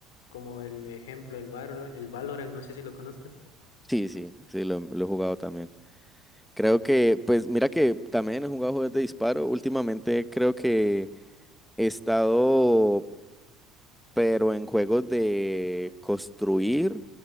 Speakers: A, on the left; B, in the centre.
A: como el ejemplo, el Valorant, el Valorant, no sé si lo conozcas.
B: Sí, sí, sí, lo, lo he jugado también. Creo que, pues mira que también he jugado juegos de disparo. Últimamente creo que he estado pero en juegos de construir,